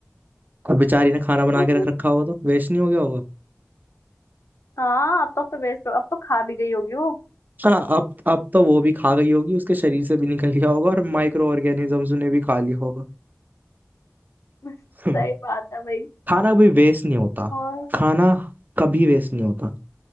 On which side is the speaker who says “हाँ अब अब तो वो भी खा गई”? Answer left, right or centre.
Right